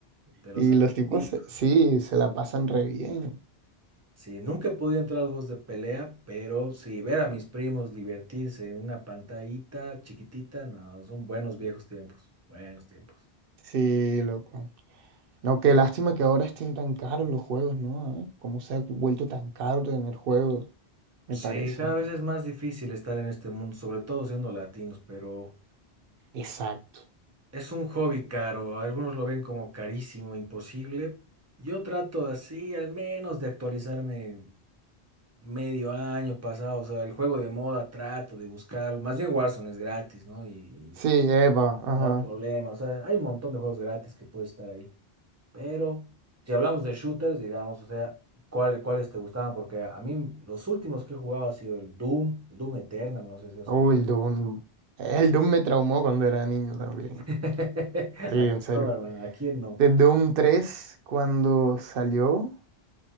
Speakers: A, on the right; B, on the right.
A: De los
B: Y
A: antiguitos.
B: los tipos, se- sí, se la pasan re bien.
A: Sí, nunca he podido entrar a los juegos de pelea, pero sí, ver a mis primos divertirse en una pantallita chiquitita, no, son buenos viejos tiempos, buenos tiempos.
B: Sí, loco. No, qué lástima que ahora estén tan caros los juegos, ¿no? ¿Eh? ¿Cómo se ha vuelto tan caro tener juegos? Me
A: Sí,
B: parece.
A: cada vez es más difícil estar en este mundo, sobre todo siendo latinos, pero...
B: Exacto.
A: Es un hobby caro, algunos lo ven como carísimo, imposible. Yo trato de así, al menos de actualizarme medio año pasado, o sea, el juego de moda trato de buscar, más bien Warzone es gratis, ¿no? Y, y
B: Sí, Eva, ajá.
A: no hay problema, o sea, hay un montón de juegos gratis que puede estar ahí. Pero si hablamos de shooters, digamos, o sea, ¿cuál- ¿cuáles te gustaban? Porque a mí los últimos que he jugado ha sido el Doom, el Doom Eternal, no sé si has
B: Oh,
A: jugado.
B: el Doom. El Doom me traumó cuando era niño también.
A: <laughs>
B: Sí,
A: Aquí
B: en serio.
A: no, hermano, aquí no.
B: De Doom tres cuando salió,